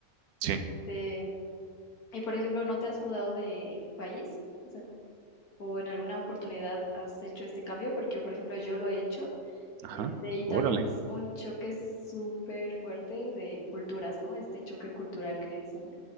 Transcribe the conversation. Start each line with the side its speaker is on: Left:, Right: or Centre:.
Right: sí,
Left: Este, y por ejemplo, ¿no te has mudado de país? O sea, o en alguna oportunidad has hecho este cambio, porque por ejemplo yo lo he hecho
Right: ajá,
Left: Este, y también
Right: órale.
Left: es un choque súper fuerte de culturas, ¿no? Este choque cultural que le dicen.